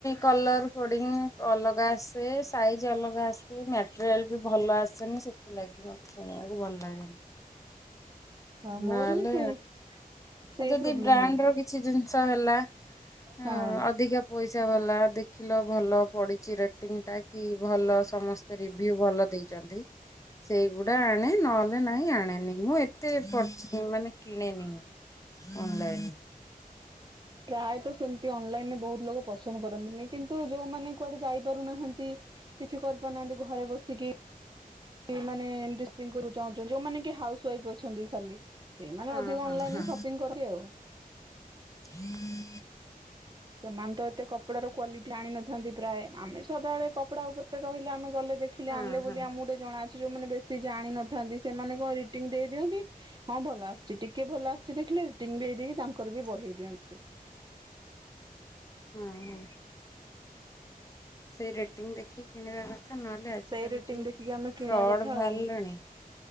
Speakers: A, on the left; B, on the right.
A: କଲର ପୋଡିଂ ଅଲଗା ଆସେ। ସାଇଜ୍ ଅଲଗା ଆସୁଛି ମ୍ୟାଟେରିଆଲ ବି ଭଲ ଆସେନି ସେଥିଲାଗି ମତେ କିଣିବାକୁ ଭଲ ଲାଗେନି।
B: ହଁ ମୋର
A: ନହେଲେ
B: ବି ସେଇ ସେଇ
A: ଆ ଯଦି
B: ପ୍ରୋବ୍ଲେମ
A: ବ୍ରାଣ୍ଡ
B: ମୋର ବି।
A: ର କିଛି ଜିନିଷ ହେଲା ଉମ
B: ହଁ
A: ଅଧିକା ପଇସା ପଜା ବାଲା ଦେଖିଲ ଭଲ ପଡିଛି ରେଟିଂ ଟା କି ଭଲ ସମସ୍ତେ ରିଭିୟୁ ଭଲ ଦେଇ ସେଇଗୁଡା ଆଣେ ନହେଲେ ନାହିଁ ଆଣେନି ମୁଁ କେତେ ପ ମାନେ କିଣେନି ଅନଲାଇନରୁ।
B: ପ୍ରାୟତ ସେମିତି ଅନଲାଇନରେ ବହୁତ ଲୋକ ପସନ୍ଦ କରନ୍ତିନି କିନ୍ତୁ ଯୋଉମାନେ କୁଆଡେ କରୁନାହାନ୍ତି କିଛି କରିପାରୁନାହାନ୍ତି ଘରେ ବସିକି। ଏଇ ମାନେ ଏମତି ବିଗୁର ଚଂଚ ଯୋଉମାନେ କି ହାଉସ ୱାଇ ଅଛନ୍ତି ଖାଲି ସେଇମାନେ
A: ହଁ
B: ଅଧିକ
A: ହଁ
B: ଅନଲାଇନରେ
A: ହଁ
B: ସପିଙ୍ଗ କରନ୍ତି ଆଉ।
A: <unintelligible>
B: ସେମାନେ ତ ଏତେ କପଡାର କ୍ୱାଲିଟି ଆଣି ନଥି ସେଠି ପ୍ରାୟ ଆମେ ସଦାବେଳେ କପଡା ଉପରେ ରହିଲେ ଆମେ ଗଲେ ଦେଖିଲେ
A: ହଁ
B: ଆଣିଲେ ବୋଲି
A: ହଁ
B: ଆମକୁ ଟିଟେ ଜଣା ଅଛିୋଉ ମାନ ବେଶି ସେ ଜାଣିିନଥାନ୍ତି ସେମାନଙ୍କ ରେଟିଂ ଦେଇ ଦିଅନ୍ତି ହଁ ଭଲ ଆସିୁଛି ଟିକେ ଭଲ ଆସି ସେ ଦେଖିଲେ ରେଟିଙ୍ଗ ଦେଇ ଦେଇ ତାଙ୍କର ବି ବଢେଇ ଦିଅନ୍ତି।
A: ହଁ ହଁ ସେଇ ରେଟିଂ ଦେଖିକି କିଣିବା କଥା ନହେଲେ ଆଜି
B: ସେଇ
A: କାଲି
B: ରେଟିଂ
A: ଯୋଉ
B: ଦେଖିକି ଆମେ କିଣିବା
A: ଫ୍ରଡ
B: କଥା
A: ବାହାରିଲାଣି।
B: ଆଉ।